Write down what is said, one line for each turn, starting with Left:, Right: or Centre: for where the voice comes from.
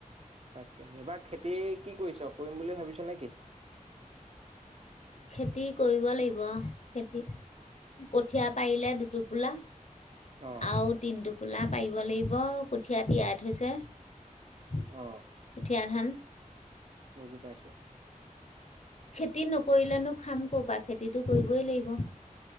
Right: তাকে, এইবাৰ খেতি কি কৰিছ? কৰিম বুলি ভাবিছ নে কি?
Left: খেতি কৰিব লাগিব, খেতি কঠীয়া পাৰিলে দুটোপোলা।
Right: অ
Left: আৰু তিন টোপোলা পাৰিব লাগিব, কঠীয়া তিয়াই থৈছে।
Right: অ'।
Left: কঠীয়া ধান।
Right: বুজি পাইছোঁ।
Left: খেতি নকৰিলেনো খাম কৰপা, খেতিটো কৰিবই লাগিব।